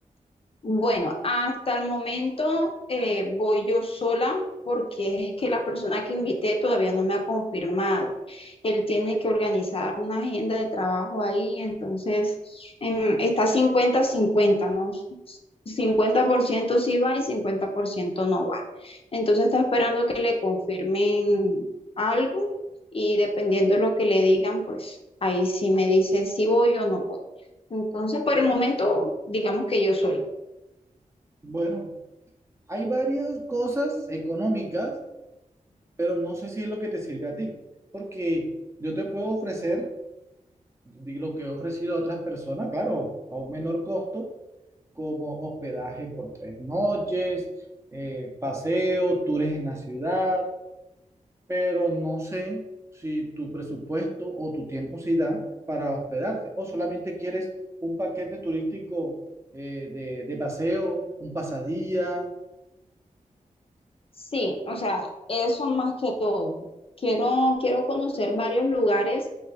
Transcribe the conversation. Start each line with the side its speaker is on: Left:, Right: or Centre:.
Left: Bueno, hasta el momento eh, voy yo sola porque es que la persona que invité todavía no me ha confirmado. Él tiene que organizar una agenda de trabajo ahí, entonces em, está cincuenta-cincuenta, ¿no? cincuenta por ciento sí va y 50% no va. Entonces está esperando que le confirmen algo y dependiendo de lo que le digan, pues ahí sí me dice si voy o no voy. Entonces, por el momento, digamos que yo sola.
Right: Bueno, hay varias cosas económicas pero no sé si es lo que te sirve a ti, porque yo te puedo ofrecer di- lo que he ofrecido a otras personas, claro, a un menor costo, como hospedaje por tres noches, eh, paseo, tours en la ciudad, pero no sé si tu presupuesto o tu tiempo sí da para hospedarte, o solamente quieres un paquete turístico eh, de, de paseo, un pasadía.
Left: Sí, o sea, eso más que todo. Quiero, quiero conocer varios lugares,